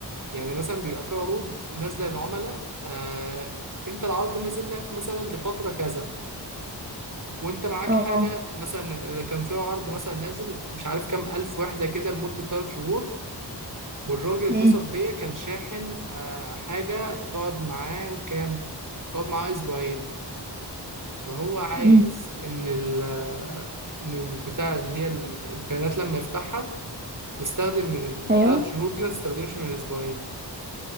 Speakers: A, on the right (about 45°); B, on the right (about 25°).
A: يعني مثلا بيبقى في عروض نازله للعملاء آه انت العرض نازل لك مثلا لفتره كذا وانت معاك
B: اه
A: حاجه مثلا كان في عرض مثلا نازل مش عارف كام الف وحده كده لمده 3 شهور والراجل اتصل
B: امم
A: بيا كان شاحن آه حاجه تقعد معاه كام تقعد معاه اسبوعين فهو عايز
B: امم
A: ان ال ان البتاع اللي هي ال- البيانات لما يفتحها تستخدم من
B: ايوه
A: الثلاث شهور دي ما تستخدمش من الاسبوعين